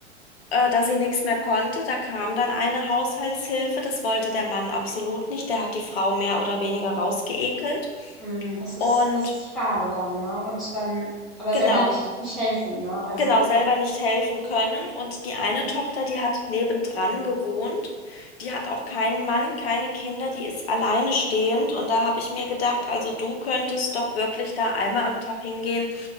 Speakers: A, on the left; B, in the centre.
A: äh, dass sie nichts mehr konnte. Da kam dann eine Haushaltshilfe, das wollte der Mann absolut nicht, der hat die Frau mehr oder weniger rausgeekelt.
B: Mm, Das ist,
A: Und
B: das ist schade dann, ne? Und dann aber
A: genau,
B: selber nicht,
A: und
B: nicht helfen, ne? Also,
A: genau selber nicht helfen können. Und die eine
B: mhm.
A: Tochter, die hat nebendran gewohnt, die hat auch keinen Mann, keine Kinder, die ist alleine stehend. Und da habe ich mir gedacht, also du könntest doch wirklich da einmal am Tag hingehen,